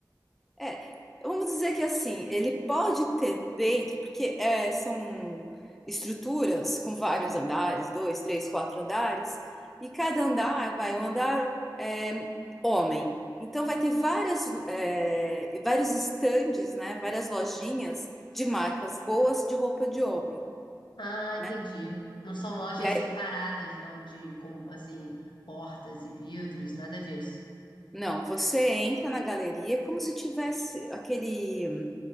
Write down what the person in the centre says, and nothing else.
É, vamos dizer que assim, ele pode ter dentro, porque é, são estruturas com vários andares, dois, três, quatro andares, e cada andar vai um andar é, homem. Então vai ter várias, é, vários estandes, né? Várias lojinhas de marcas boas de roupa de homem,
né?
E aí,
não, você entra na galeria como se tivesse aquele,